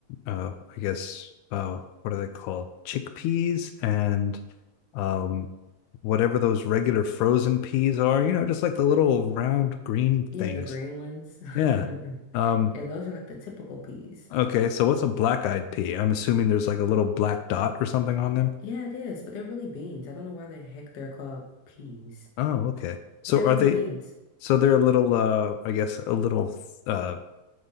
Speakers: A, on the left (about 80°); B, on the left (about 50°).
A: uh, I guess, uh, what are they called? Chickpeas and um, whatever those regular frozen peas are, you know, just like the little round green
B: Yeah,
A: things.
B: the green ones.
A: Yeah.
B: <laughs>
A: Um,
B: Yeah, those are like the typical peas.
A: okay. So what's a black eyed pea? I'm assuming there's like a little black dot or something on them.
B: Yeah, it is, but they're really beans. I don't know why the heck they're called peas,
A: Oh, okay. So
B: but they're
A: are
B: really
A: they,
B: beans.
A: so they're a little, uh, I guess, a little uh,